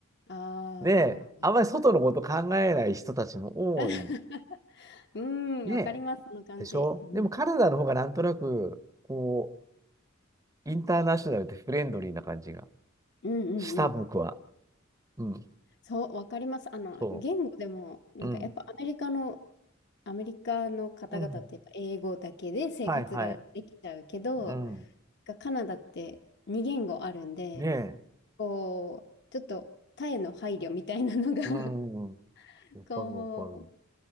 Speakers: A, on the left; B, on the right.
A: あ
B: で、あんまり外のこと考えない人たちも多い。
A: あ。<laughs> うん、
B: ね、
A: わかります、その感じ。
B: でしょでもカナダの方がなんとなく、
A: うん、
B: こう、インターナショナルでフレンドリーな感じが
A: うん、うんうん。
B: した、僕は。うん。
A: そう、わかります。あの、
B: そ
A: 言語でも、なんかやっぱアメリカの、
B: う。うん。
A: アメリカの方々ってやっぱ英語だけで生活ができちゃうけど、
B: うん。はいはい。うん。
A: がカナダって二言語あるんで、
B: ねえ。
A: こう、ちょっと他への配慮みたいなのが
B: うん。わ
A: <laughs> こう、
B: かるわかる。